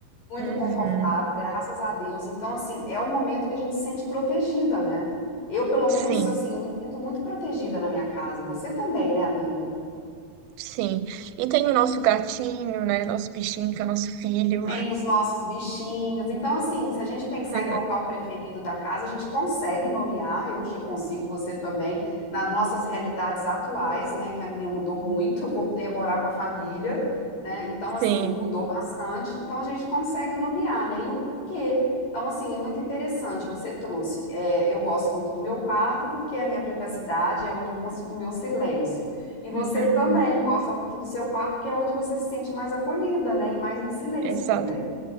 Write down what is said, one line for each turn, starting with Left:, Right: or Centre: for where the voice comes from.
Left: muito
Right: Uhum.
Left: confortável, graças a Deus. Então, assim, é o momento que a gente se sente protegida, né? Eu, pelo menos,
Right: Sim.
Left: assim, eu me sinto muito protegida na minha casa. Você também, né, amiga?
Right: Sim. E tem o nosso gatinho, né? Nosso bichinho, que é nosso filho.
Left: Tem os nossos bichinhos. Então, assim, se a gente pensar
Right: <laughs>
Left: em local preferido da casa, a gente consegue nomear, eu já consigo, você também, nas nossas realidades atuais, né? Que a minha mudou muito, eu voltei a morar com a família, né? Então, assim,
Right: Sim.
Left: mudou bastante. Então, a gente consegue nomear, né? E o porquê. Então, assim, é muito interessante, você trouxe. É, eu gosto muito do meu quarto, porque é a minha privacidade, é onde eu consigo o meu silêncio. E você
Right: Uhum.
Left: também gosta muito do seu quarto, que é onde você se sente mais acolhida, né? E mais em silêncio
Right: Exato.
Left: também.